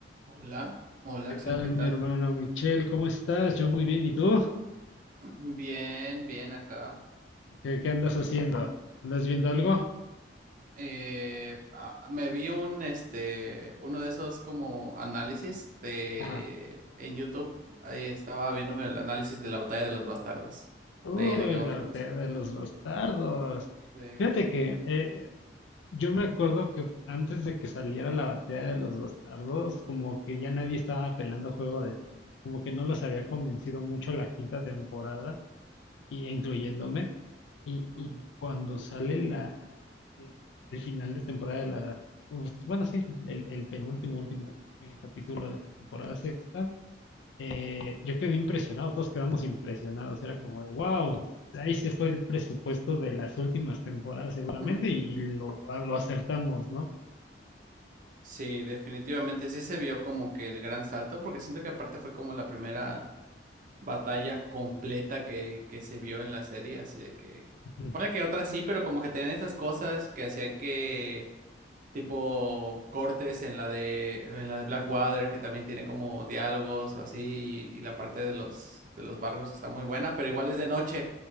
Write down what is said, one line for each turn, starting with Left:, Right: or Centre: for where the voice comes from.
Right: Hola, hola
Left: ¿Qué
Right: Axel,
Left: tal,
Right: ¿qué tal?
Left: mi hermano Michelle? ¿Cómo estás? Yo muy bien. ¿Y tú?
Right: <clears throat> Bien, bien acá.
Left: ¿Qué, qué andas haciendo? ¿Andas viendo algo?
Right: Eh, ah, me vi un este uno de esos como análisis de
Left: Ajá.
Right: en YouTube. Ahí estaba viéndome el análisis de la batalla de los bastardos
Left: Uy,
Right: de, de Game
Left: la
Right: of Thrones.
Left: batalla de los bastardos.
Right: Sí.
Left: Fíjate que eh, yo me acuerdo que antes de que saliera la batalla de los bastardos, como que ya nadie estaba pelando Juego de Tronos. Como que no los había convencido mucho la quinta temporada. y incluyéndome. Y,
Right: Ujú.
Left: y cuando sale la, el final de temporada de la, pues, bueno, sí, el, el penúltimo, último eh, capítulo de la temporada sexta, eh, yo quedé impresionado, todos quedamos impresionados, era como, wow, ahí se fue el presupuesto de las últimas temporadas seguramente
Right: Ujú.
Left: y lo, ah, lo acertamos, ¿no?
Right: Sí, definitivamente sí se vio como que el gran salto, porque siento que aparte fue como la primera batalla completa que, que se vio en la serie, así de que
Left: <laughs>
Right: Pone que otras sí, pero como que tenían estas cosas que hacían que tipo cortes en la de en la de Blackwater que también tiene como diálogos o así y, y la parte de los de los barcos que está muy buena, pero igual es de noche,